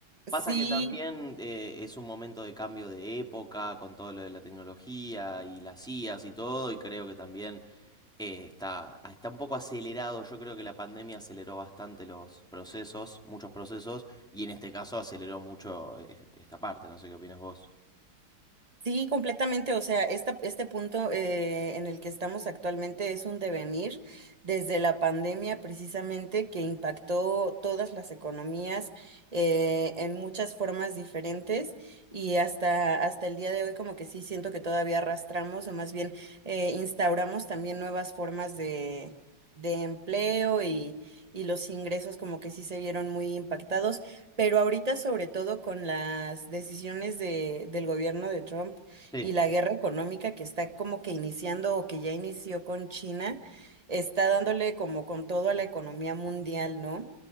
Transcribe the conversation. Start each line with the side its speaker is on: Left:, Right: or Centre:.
Right: sí,
Centre: Pasa que también eh, es un momento de cambio de época con todo lo de la tecnología y las IAs y todo, y creo que también Eh, está, está un poco acelerado. Yo creo que la pandemia aceleró bastante los procesos, muchos procesos, y en este caso aceleró mucho eh, este, esta parte. No sé qué opinas vos.
Right: Sí, completamente. O sea, esta, este punto eh, en el que estamos actualmente es un devenir desde la pandemia precisamente que impactó todas las economías eh, en muchas formas diferentes y hasta, hasta el día de hoy como que sí siento que todavía arrastramos o más bien eh, instauramos también nuevas formas de... de empleo y, y los ingresos como que sí se vieron muy impactados. Pero ahorita, sobre todo con las decisiones de, del gobierno de Trump
Centre: Sí.
Right: y la guerra económica que está como que iniciando o que ya inició con China, está dándole como con todo a la economía mundial, ¿no?